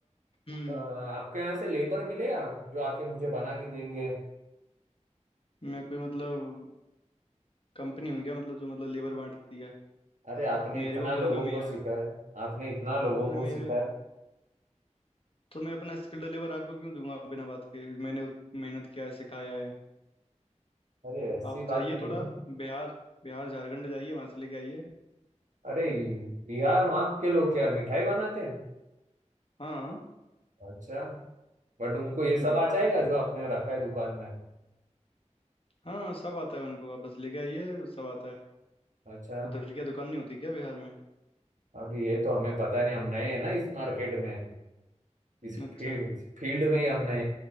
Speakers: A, on the left; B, on the right.
A: हम्म
B: अ, आपके यहाँ से लेबर मिलेगा जो आके मुझे बना के देंगे
A: मैं कोई मतलब कंपनी हूँ क्या मतलब जो मतलब लेबर बांटती है
B: अरे आपने
A: मेरे
B: इतना
A: को खुद
B: लोगों
A: कमी
B: को
A: है
B: सिखाया आपने इतना लोगों
A: अरे
B: को
A: मेरे
B: सिखाया
A: तो मैं अपना स्किल्ड लेबर आपको क्यों दूंगा बिना बात के मैंने उत- मेहनत किया है सिखाया है
B: अरे ऐसी
A: आप जाइए
B: बात नहीं
A: थोड़ा
B: है
A: बिहार बिहार झारखंड जाइए वहां से लेके आइए
B: अरे बिहार वहाँ के लोग क्या मिठाई बनाते हैं
A: हाँ
B: अच्छा बट उनको
A: हम्म
B: ये सब आ जाएगा जो आपने रखा है दुकान में
A: हाँ सब आता है उनको आप बस लेके आइए सब आता है
B: अच्छा
A: उधर क्या दुकान नहीं होती क्या बिहार में
B: अभी ये तो हमें पता नहीं हम नए हैं ना इस मार्केट में इस
A: अच्छा
B: फील्ड फील्ड में ही हमने